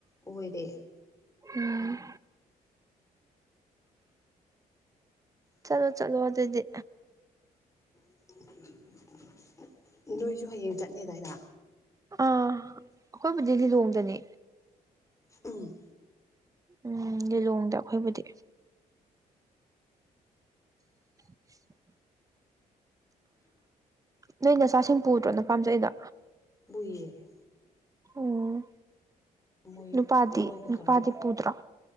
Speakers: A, on the left; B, on the right.
A: ꯑꯣꯏꯗ
B: ꯎꯝ ꯆꯂꯣ ꯆꯂꯣ ꯑꯗꯨꯗꯤ
A: ꯎ ꯅꯣꯏꯁꯨ ꯍꯌꯦꯡ ꯆꯠꯅꯦꯗꯥꯏꯅ
B: ꯑ ꯑꯩꯈꯣꯏꯕꯨꯗꯤ ꯂꯤꯂꯣꯡꯗꯅꯦ
A: ꯎꯝ
B: ꯎꯝ ꯂꯤꯂꯣꯡꯗ ꯑꯩꯈꯣꯏꯕꯨꯗꯤ <unintelligible> ꯅꯣꯏ ꯅꯆꯥꯁꯤꯡ ꯄꯨꯗ꯭ꯔꯣ ꯅꯄꯥꯝ ꯆꯠꯂꯤꯗꯣ
A: ꯄꯨꯏꯌꯦ
B: ꯎꯝ
A: ꯃꯣꯏ
B: ꯅꯨꯄꯥꯗꯤ
A: ꯃꯣꯏꯒ
B: ꯅꯨꯄꯥꯗꯤ
A: ꯇꯧꯔꯒ
B: ꯄꯨꯗ꯭ꯔꯣ